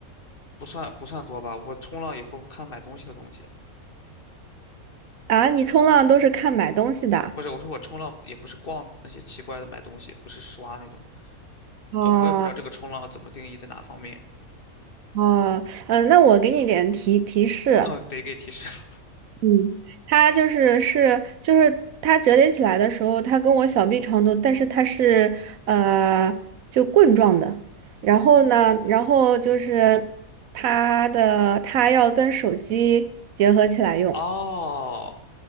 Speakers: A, on the left (about 40°); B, on the right (about 70°).
A: 不算不算多吧，我冲浪也不看买东西的东西，
B: 啊，你冲浪都是看买东西的。
A: 不是，我说我冲浪也不是逛那些奇怪的买东西，不是刷那种，
B: 哦
A: 呃，我也不知道这个冲浪怎么定义在哪方面，
B: 哦，嗯，那我给你点提提示，
A: 嗯，得给提示了
B: 嗯，它就是是就是它折叠起来的时候，它跟我小臂长度，但是它是呃就棍状的。然后呢，然后就是它的它要跟手机结合起来用，
A: <laughs> 哦，